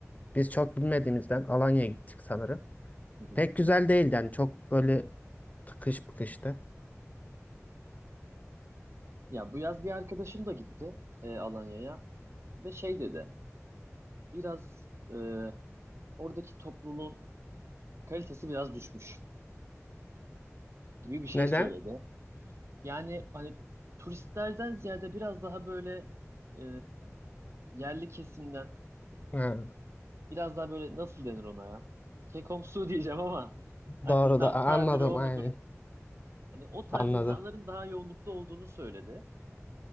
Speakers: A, on the left; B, on the right.
A: Biz çok bilmediğimizden Alanya'ya gittik sanırım.
B: Hı hı.
A: Pek güzel değildi yani çok böyle tıkış bıkıştı.
B: Ya bu yaz bir arkadaşım da gitti e, Alanya'ya ve şey dedi, biraz e, oradaki topluluğun kalitesi biraz düşmüş gibi bir şey
A: Neden?
B: söyledi. Yani hani turistlerden ziyade biraz daha böyle e, yerli kesimden,
A: Ha,
B: biraz daha böyle nasıl denir ona ya? Kekomsu <laughs> diyeceğim ama hani
A: doğru
B: tam
A: da anladım
B: tabiri o
A: aynen.
B: mudur? Hani o tarz
A: Anladım.
B: insanların daha yoğunlukta olduğunu söyledi.